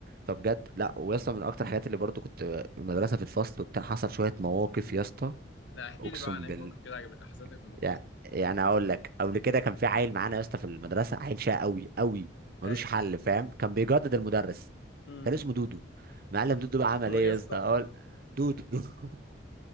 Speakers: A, on the right; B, on the left.
A: فبجد لا ويا اسطى من اكتر الحاجات اللي برضو كنت المدرسه في الفصل وبتاع حصل شويه مواقف يا اسطى
B: لا احكي
A: اقسم
B: لي بقى عن اي
A: بالله
B: موقف كده عجب حصلتك في المدرسه
A: يعني يعني اقول لك قبل كده كان في عيل معانا يا اسطى في المدرسه عيل شقي قوي قوي ملوش
B: ايوه
A: حل فاهم كان بيجدد المدرس
B: امم
A: كان اسمه دودو معلم دودو بقى
B: اسمه
A: عمل ايه
B: ايه يا
A: يا
B: اسطى
A: اسطى اقول دودو <laughs>